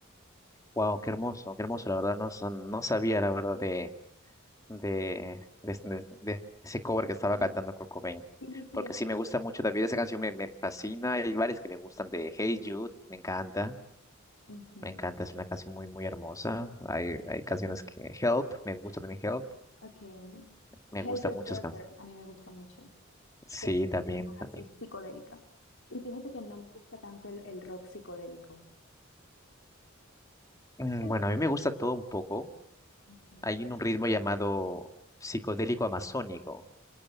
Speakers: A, on the left; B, on the left.
A: wow, qué hermoso, qué hermoso, la verdad. No, sa- no sabía, la verdad, de, de, de, de- de ese cover que estaba
B: Ujú.
A: cantando Kurt Cobain.
B: Sí, sí,
A: Porque
B: es
A: sí,
B: súper
A: me gusta
B: extraño.
A: mucho también esa canción, me, me fascina. Hay varias que me gustan de Hey Jude, me encanta.
B: Ujú,
A: Me encanta, es una canción muy, muy hermosa. Hay, hay canciones que... Help, me gusta también Help.
B: Ok.
A: Me
B: Helter
A: gusta muchas
B: Skelter,
A: canciones.
B: a mí me gusta mucho,
A: Sí,
B: porque es,
A: también,
B: es más
A: también.
B: así psicodélica. Y fíjate que no me gusta tanto el, el rock psicodélico,
A: Mm,
B: pero
A: Bueno,
B: esa
A: a mí
B: me
A: me
B: gusta.
A: gusta todo un poco.
B: Ujú.
A: Hay un ritmo llamado psicodélico amazónico.